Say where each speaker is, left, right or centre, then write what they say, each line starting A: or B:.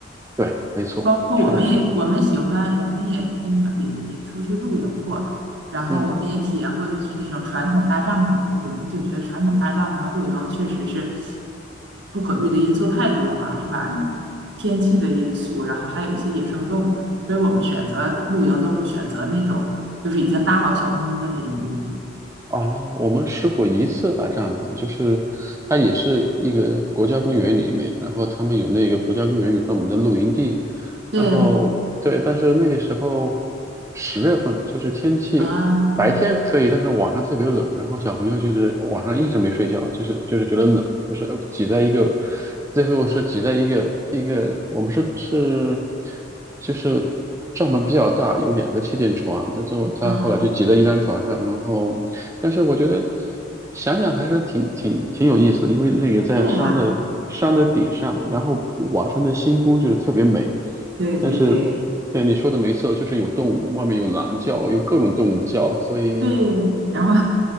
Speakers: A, on the right; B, on the right.
A: 对，没错，
B: 包括我们也我们喜欢，
A: 确实是。
B: 我们也经常也也出去露营过，然后我们也体验过就是那种传统搭帐篷的露营，
A: 嗯，
B: 就觉得传统搭帐篷的露营确实是不可遇的因素太多了，是吧？天气的因素，然后还有一些野生动物，所以我们选择露营都是选择那种就是已经搭好小木屋的那种露营。
A: 哦，我们试过一次搭帐篷，就是它也是一个国家公园里面，然后他们有那个国家公园有专门的露营地。
B: 对，
A: 然后对，但是那个时候十月份就是天气白天可以，
B: 啊
A: 但是晚上特别冷，然后小朋友就是晚上一直没睡觉，就是就是觉得冷，就是挤在一个，最后是挤在一个一个，我们是是就是帐篷比较大，有两个气垫床，但是我他后来就挤在一张床上，
B: 啊，
A: 然后但是我觉得想想还是挺挺挺有意思的因为那个在山的山的顶上，
B: 对啊，
A: 然后晚上的星空就是特别美。
B: 对对对
A: 但是，对你说的没错，就是有动物，外面有狼叫，有各种动物叫，所以
B: 对，然后